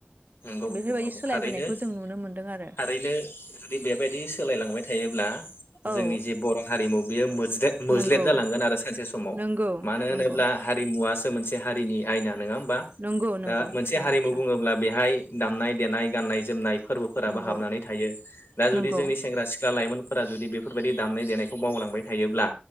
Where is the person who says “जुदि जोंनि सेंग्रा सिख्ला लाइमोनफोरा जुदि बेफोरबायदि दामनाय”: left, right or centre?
Left